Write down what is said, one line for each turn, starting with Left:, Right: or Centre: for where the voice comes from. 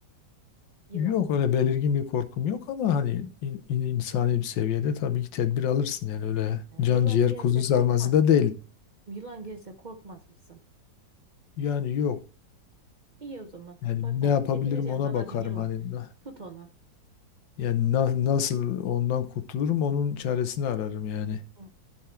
Right: Yılan.
Left: Yok öyle belirgin bir korkum yok ama hani in- in- insani bir seviyede tabii ki tedbir alırsın yani öyle
Right: Yani
Left: can
Right: yılan
Left: ciğer
Right: gelse
Left: kuzu sarması
Right: korkmaz.
Left: da değil.
Right: Yılan gelse korkmaz mısın?
Left: Yani yok.
Right: İyi o zaman.
Left: Yani
Right: Bakalım.
Left: ne yapabilirim
Right: Getireceğim
Left: ona
Right: sana
Left: bakarım
Right: bir yılan.
Left: hani na-
Right: Tut ona.
Left: yani na- nasıl ondan kurtulurum onun çaresini ararım yani.
Right: Hı.